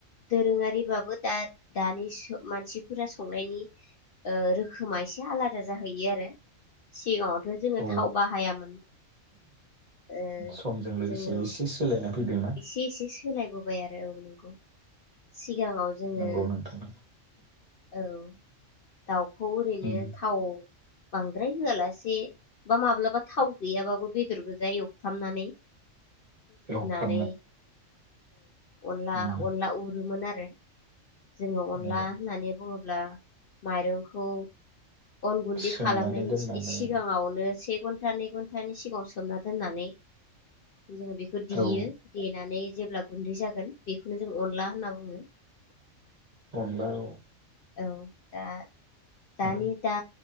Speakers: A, on the left; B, on the right.
A: दोरोङारिबाबो दा दानि मानसिफोरा संनायनि ओ रोखोमा एसे आलादा जाहैयो आरो सिगाङाव जोङो
B: औ
A: थाव बाहायामोन ओ
B: समजों लोगोसे
A: जोङो
B: एसे सोलायनाय फैदोंना
A: एसे एसे सोलायबोबाय आरो। औ नंगौ। सिगाङाव जोङो
B: नंगौ नोंथां
A: औ दाउ खौ ओरैनो
B: उम
A: थाव बांद्राय होआलासे बा माब्लाबा थाव गैयाबाबो बेदर गोजा एवफ्रामनानै
B: एवफ्रा
A: नानै अनला
B: उम
A: अनला उरोमोन आरो जोङो अनला
B: औ
A: होननानै बुङो ब्ला माइरंखौ अन गुन्दै
B: सोमनानै
A: खालामनायनि
B: दोननानै
A: एसे सिगाङावनो से घन्टा नै घन्टानि सिगाङाव सोमना दोननानै जोङो बेखौ देयो
B: औ
A: देनानै जेब्ला गुन्दै जागोन बेखौनो जों अनला होनना बुङो।
B: अनला औ।
A: औ दा दानि
B: आरो
A: दा